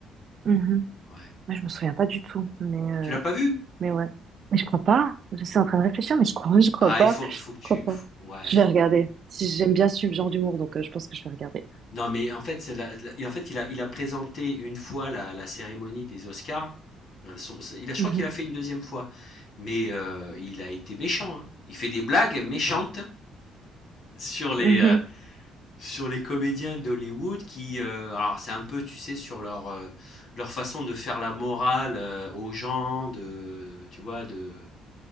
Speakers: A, on the right; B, on the left.
A: Mhm.
B: Ouais.
A: Ouais, je me souviens pas du tout, mais, euh,
B: Tu l'as pas vu?
A: mais ouais. Mais je crois pas. Je suis en train de réfléchir, mais je crois, <laughs> je crois
B: Ah,
A: pas.
B: il faut,
A: Je
B: faut que tu.
A: crois pas.
B: faut- ouais, faut,
A: Je vais regarder. Si j'aime bien ce genre d'humour, donc euh, je pense que je vais regarder.
B: Non, mais en fait, c'est la la et en fait, il a il a présenté une fois la la cérémonie des Oscars. Heu, son c'est il a je
A: Mhm.
B: crois qu'il a fait une deuxième fois, mais heu, il a été méchant, hein. Il fait des blagues méchantes sur les,
A: Mhm.
B: heu, sur les comédiens d'Hollywood qui, heu, alors c'est un peu, tu sais, sur leur, heu, leur façon de faire la morale, heu, aux gens, de tu vois, de,